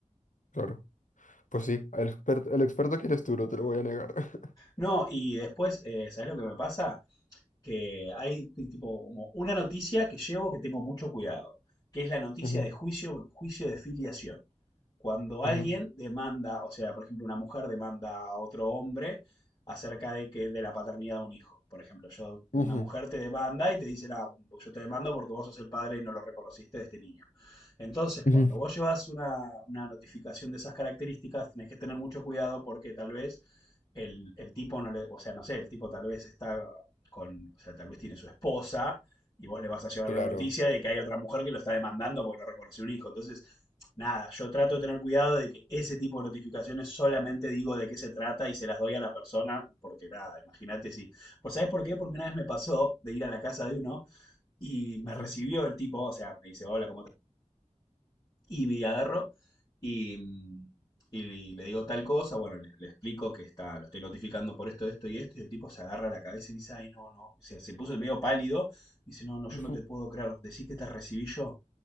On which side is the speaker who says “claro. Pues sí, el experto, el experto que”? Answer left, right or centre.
Left